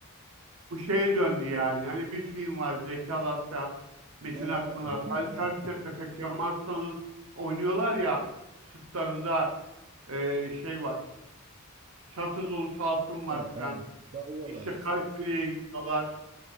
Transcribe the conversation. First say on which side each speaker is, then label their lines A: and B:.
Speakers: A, on the right; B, on the right.
A: Bu şeye döndü yani. Hani bir film var Zeki Alasya, Metin
B: <laughs> He, he,
A: Akpınar, Halit Akçatepe, Kemal Sunal'ın oynuyorlar ya sırtlarında e, şey var. Çanta dolu altın var
B: he. He,
A: filan.
B: he. Sarıyorlar.
A: İşte Kayseri'ye gidiyorlar.